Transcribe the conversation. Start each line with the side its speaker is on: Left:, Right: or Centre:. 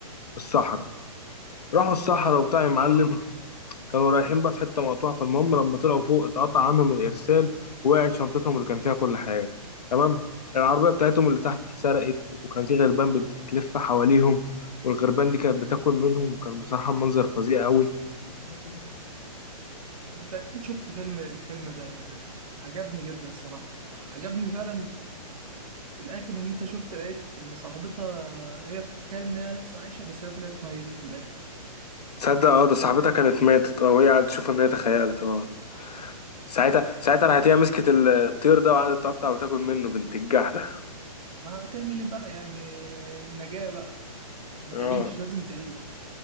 Left: في الصحراء راحوا الصحراء
Right: اه آه.
Left: وبتاع يا معلم كانوا رايحين بقى في حتة مقطوعة فالمهم لما طلعوا فوق اتقطع عنهم الإرسال ووقعت شنطتهم اللي كان فيها كل حاجة تمام العربية
Right: طيب.
Left: بتاعتهم اللي تحت اتسرقت وكان في غربان بتلف حواليهم والغربان دي كانت بتاكل منهم وكان بصراحة منظر فظيع قوي بس الحمد لله في الآخر
Right: انا تقريبا شفت فيلم الفيلم ده يعني عجبني جدا الصراحه عجبني فعلا في الاخر ان انت شفت لقيت ان صاحبتها هي بتتخيل ان هي لسه عايشه بس هي طلعت ميته في الاخر
Left: تصدق اه ده صاحبتها كانت ماتت اه وهي قاعدة تشوف ان هي تخيلت اه ساعتها ساعتها راحت هي مسكت ال- الطير ده وقعدت تقطع وتاكل منه بنت الجح ده
Right: هتعمل ايه بقى يعني النجاه بقى هتعيش
Left: اه
Right: لازم تعيش